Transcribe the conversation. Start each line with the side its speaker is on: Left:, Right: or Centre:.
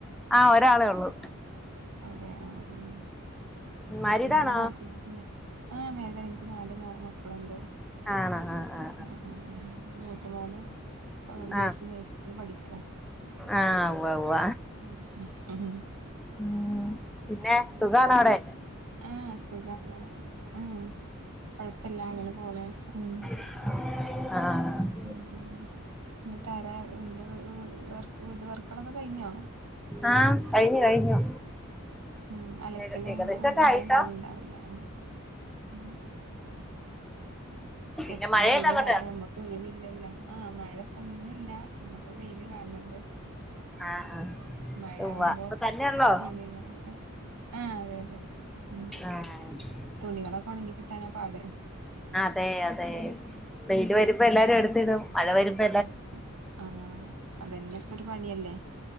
Centre: ആഹ് ഒരാളെ ഉള്ളൂ
Right: അതെ ആഹ് ആഹ്
Centre: മാരീഡ്
Right: അച്ഛൻ ഇവിടെ
Centre: ആണോ
Right: നാട്ടില്ലന്നെ ആ മേ എനിക്ക് നാല് മക്കളുണ്ട്
Centre: ആണാ ആഹ് ആഹ്
Right: ആഹ് ആഹ് ആഹ് മൂത്തമോള് ബി
Centre: ആഹ്
Right: എസ് സി നഴ്സിംഗിന് പഠിക്ക
Centre: ആഹ് ഉവ്വ ഉവ്വ
Right: മ്മ്ഹ് മ്മ്ഹ്
Centre: ഉം പിന്നെ സുഖാണാവിടെ
Right: ആഹ് സുഖാണ് ആ കൊഴപ്പില്ല അങ്ങനെ പോണ് ഉം
Centre: ആഹ്
Right: ഉം <unintelligible> വ വർക്കളൊക്കെ കഴിഞ്ഞോ
Centre: ആഹ് കഴിഞ്ഞു കഴിഞ്ഞു
Right: ഉം അലക്കലും
Centre: ഏക ഏകദേശൊക്കെ
Right: അതെല്ലാം
Centre: ആയിട്ടോ
Right: കഴിഞ്ഞിണ്ടാവില്ലേ ഉം ഉം
Centre: പിന്നെ
Right: എപ്പഴും
Centre: മഴയുണ്ടോ
Right: ഡെയിലി
Centre: അങ്ങോട്ട്
Right: വ നമ്മക്ക് ഒഴിവില്ലല്ലോ ആഹ് മഴ ഇപ്പം ഇന്നില്ല ഇന്നിപ്പ വെയില് കാണണുണ്ട്
Centre: ആഹ് ആഹ്
Right: മഴാകുമ്പോ
Centre: ഉവ്വ ഇപ്പൊ തന്നെയുള്ളോ
Right: തുണികളൊക്കെ ആഹ് അതെ അതെ ഉം
Centre: ആഹ്
Right: തുണികളൊക്കെ ഒണങ്ങി കിട്ടാനാ പാട്
Centre: അതെയതെ വെയില് വരുമ്പ എല്ലാരും എടുത്തിടും മഴ വരുമ്പ
Right: എടുത്ത് ആഹ് അതെന്നെ ഇപ്പൊരു പണിയല്ലേ